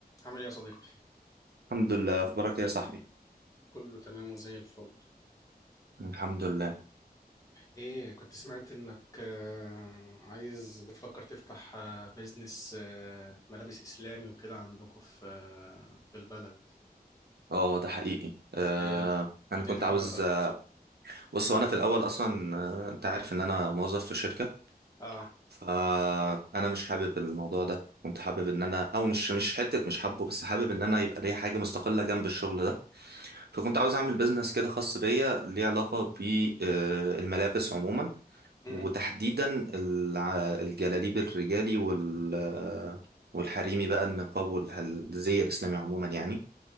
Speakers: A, on the left; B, on the right.
A: عامل ايه يا صديقي؟
B: الحمد لله اخبارك إيه يا صاحبي
A: كله تمام وزي الفل.
B: الحمد لله
A: ايه كنت سمعت انك آه، عايز بتفكر تفتح آه، بيزنس آه، ملابس اسلامي وكده عندكم في آه، في البلد.
B: اه ده حقيقي آه
A: ده ايه
B: انا كنت
A: ايه الحوار
B: عاوز
A: ده؟
B: بص وانا في الاول اصلا آه، انت عارف ان انا موظف في شركه
A: اه
B: فانا مش حابب الموضوع ده كنت حابب ان انا او مش مش حته مش حابه بس حابب ان انا يبقى ليا حاجه مستقله جنب الشغل ده فكنت عاوز اعمل بيزنس كده خاص بيا ليه علاقه بالملابس عموما
A: امم
B: وتحديدا الع- الجلاليب الرجالي وال والحريمي بقى النقاب والزي الاسلامي عموما يعني